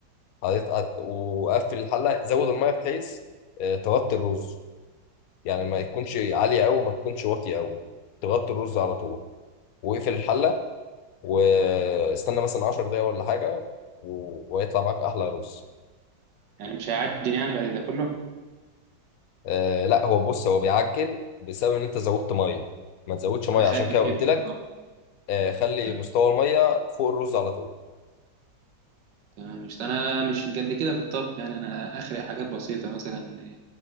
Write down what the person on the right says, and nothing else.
يعني مش هيعجن يعني بعد ده كله
انا خايف
من كده
آه،
تمام
تمام. مش انا مش قد كده في الطبخ يعني انا اخري حاجات بسيطه مثلا